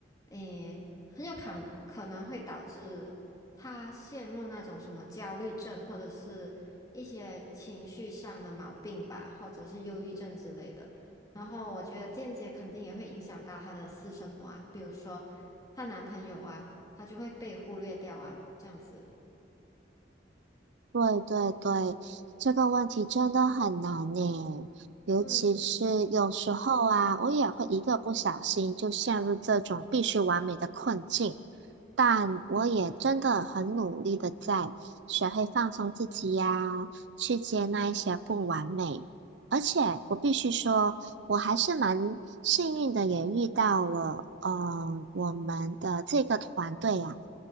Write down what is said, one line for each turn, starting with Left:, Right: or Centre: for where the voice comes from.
Left: 诶。很有可能可能会导致他陷入那种什么焦虑症，或者是一些情绪上的毛病吧，或者是忧郁症之类的。然后我觉得间接肯定也会影响到她的私生活啊，比如说她男朋友啊，她就会被忽略掉啊，这样子。
Right: 对对对，这个问题真的很难呢，尤其是有时候啊，
Left: 嗯
Right: 我也会一个不小心就陷入这种必须完美的困境，但我也真的很努力的在学会放松自己呀，去接纳一些不完美，而且我必须说，我还是蛮幸运的，也遇到了呃我们的这个团队呀。